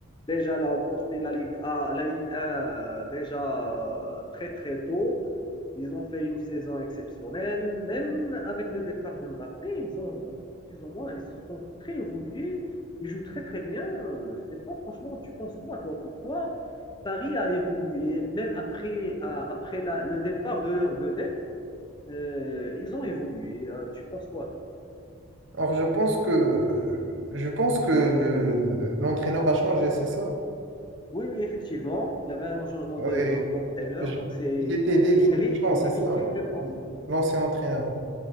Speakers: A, on the left; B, on the right.
A: Déjà, elle a emporté la Ligue A, la Ligue 1 euh, déjà euh, très, très tôt. Ils ont fait une saison exceptionnelle. Même avec le départ de Mbappé, ils ont plus ou moins, ils sont très évolués. Ils jouent très très bien. C'est pas franchement, tu penses quoi toi Pourquoi Paris a évolué même après, à- après la- le départ de leur vedette euh, Ils ont évolué. Euh, tu penses quoi toi
B: Alors, je pense que je pense que le le- l'entraîneur a changé, c'est ça?
A: Oui, oui, effectivement, il y avait un changement
B: Oui,
A: de- de- d'entraîneur. donc c'est
B: il était dédié
A: c'est Enrique,
B: Deschamps,
A: Enrique,
B: c'est ça?
A: je pense.
B: L'ancien entraîneur.